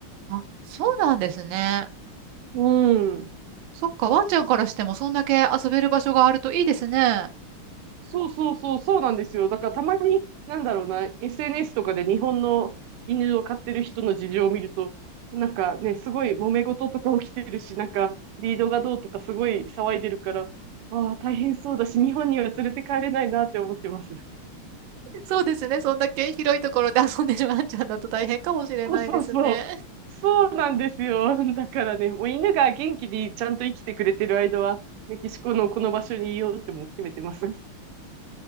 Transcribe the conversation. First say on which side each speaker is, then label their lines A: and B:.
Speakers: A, on the right (about 70°); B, on the right (about 85°).
A: あ、そうなんですね。
B: うん。
A: そっか、ワンちゃんからしてもそんだけ遊べる場所があるといいですね。
B: そうそうそう、そうなんですよ。だからたまに、なんだろうな、SNS とかで日本の犬を飼ってる人の事情を見ると、なんかね、すごい揉め事とか起きてるし、なんかリードがどうとかすごい騒いでるから、ああ、大変そうだし、日本には連れて帰れないなって思ってます。
A: そうですね。そんだけ広いところで遊んでるワンちゃんだと大変かもしれないですね。
B: そうそうそう。そうなんですよ。だからね、もう犬が元気にちゃんと生きてくれてる間は、メキシコのこの場所にいようってもう決めてます。